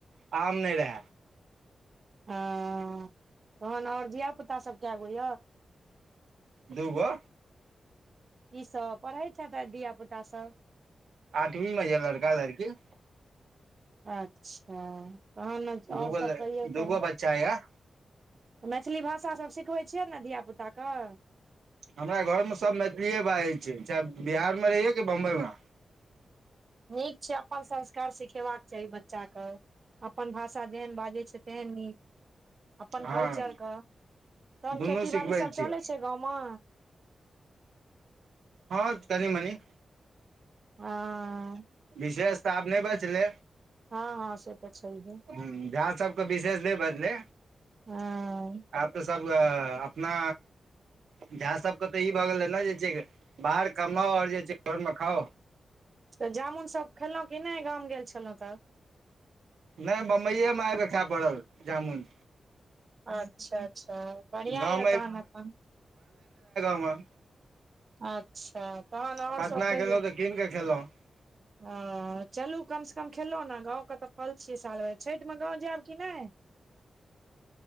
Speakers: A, on the right; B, on the right.
A: आम नहि रहए
B: <unintelligible> हँ, तहिना आओर धिया-पुता सभ कऽ गो।
A: दूगो
B: ई सभ पढ़ै छै तऽ धियापुता सभ
A: आठमीमे यै लड़का लड़की
B: अच्छा तहन आओर
A: दूगो
B: सभ कहियौ
A: दूगो
B: तब
A: बच्चा यऽ
B: मैथिली भाषा सभ सिखबै छियै ने धियापुताकेँ
A: हमरा घरमे सभ मैथिलीए बाजै छै, चाहे बिहारमे रहियै कि बम्बइमे
B: नीक छै, अपन संस्कार सिखेबाक चाही बच्चाकेँ अपन भाषा जेहन बाजै छै तेहन नीक अपन
A: हँ
B: कल्चरके तहन
A: दुनू
B: खेतीबाड़ी
A: सिखबै
B: सभ
A: छियै
B: चलै छै गाँवमे
A: हँ तनि मनी
B: हँ
A: विशेषता आब नहि बचलै
B: हँ हँ से तऽ छैहे
A: हँ, जहि सभके विशेष नहि बदले
B: हँ
A: आब तऽ सभ अपना झ सभके तऽ ई भऽ गेल रहै ने जे बाहर कमाओ आओर घरमे खाओ
B: तऽ जामुनसभ खेलहुँ की नहि? गाम गेल छलहुँ तऽ
A: नहि, बम्बइएमे आबि कऽ खाय पड़ल जामुन।
B: अच्छा अच्छा, बढ़िआँ
A: गाँव
B: यऽ तहन एखन
A: ह
B: अच्छा तहन आओर
A: पटना
B: सभ कहियौ
A: गेलहुँ तऽ कीन कऽ खेलहुँ
B: हँ, चलू कमसँ कम खेलहुँ ने। गामके तऽ फल छियै। सालभरि छठिमे गाँव जायब कि नहि?